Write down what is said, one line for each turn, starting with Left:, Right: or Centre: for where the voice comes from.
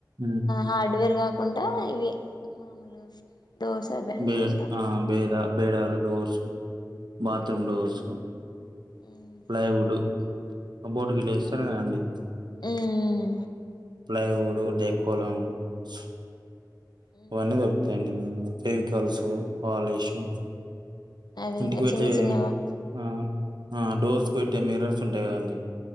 Right: ఉమ్
Left: హార్డ్వేర్ కాకున్ మామూలుగా డోర్స్ అవి అనుకుంటా
Right: బేడ్ బేడ బేడాల డోర్సు బాత్రూమ్ డోర్సు
Left: ఉమ్
Right: ప్లైవుడ్ కబోర్డు వీళ్ళే ఇస్తారు కదండి
Left: మ్మ్ హ్మ్
Right: ప్లైవుడు డెకోలమ్స్
Left: ఉమ్
Right: ఇవన్నీ దొరుకుతాయండి కెమికల్సు పాలిషూ
Left: అదే
Right: ఇంటికి
Left: ఇంకా
Right: పెట్టే
Left: చిన్న చిన్నవా
Right: మ్మ్ మ్మ్ డోర్స్కు పెట్టే మిర్రర్స్ ఉంటాయి కదండి